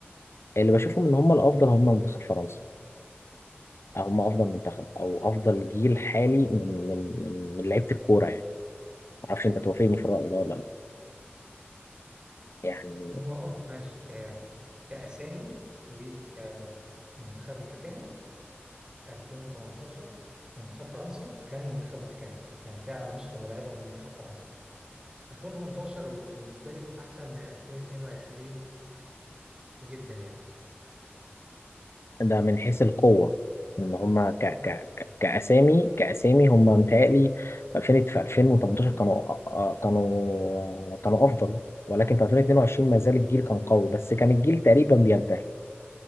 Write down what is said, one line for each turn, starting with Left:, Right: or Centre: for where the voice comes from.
Left: اللي بشوفهم ان هم الافضل هم منتخب فرنسا هم افضل منتخب او افضل جيل حالي من من من من لعيبة الكورة يعني معرفش انت توافقني في الرأي ده ولا لا يعني
Right: هو اه ماشي آه كأسامي وكمنتخب متكامل 2018 منتخب فرنسا كان منتخب متكامل كان فعلا نسخة مرعبة من منتخب فرنسا 2018 بالنسبة لي أحسن من 2022 جدا يعني
Left: ده من حيث القوة ان هما ك
Right: اه
Left: ك ك كأسامي كأسامي هما متهيألي 2000 في 2018 كانوا آه، آه، كانوا كانوا أفضل ولكن في 2022 ما زال الجيل كان قوي بس كان الجيل تقريبا بينتهي